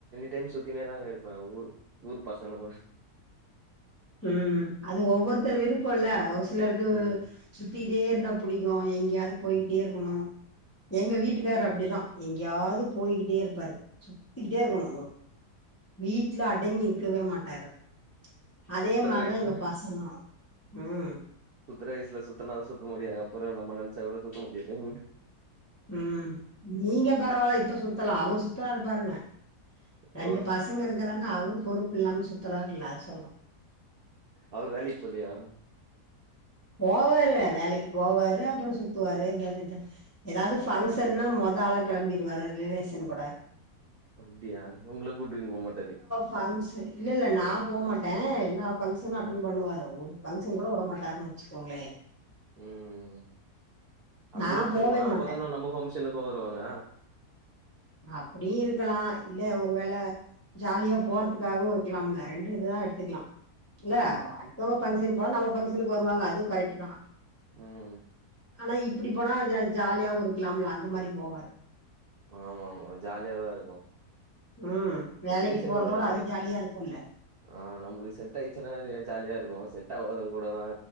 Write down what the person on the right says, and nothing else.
டேம் சுத்தினே தாங்க இருப்பே ஊர் ஊர் பசங்களோட
ம்
ம்
ம்
ம்.
சுத்துற
வயசுல
சுத்தற வயசுல சுத்தனா சுத்த முடியு அப்பறோ நம்ப நெனைச்சா கூட சுத்த முடியாதுங்க
அவர்
அவரு வேலைக்கி போலியா
ம்
அப்டியா உங்கள கூட்டின் போமாட்டாரு
ம்
ம்ம் அப்டிதா
இருக்கணு அப்பதானே
நம்ம பங்க்ஷனுக்கு வருவாங்க
ம்
ம்
ஆமா ஆமா ஜாலியாதா இருக்கு
ரிலேஷன்
கூட நம்மளு
ஆ நம்பளுக்கு செட் ஆயிச்சுன்னா அது ஜாலியா இருக்கு செட் ஆவாதவுங்க கூடதா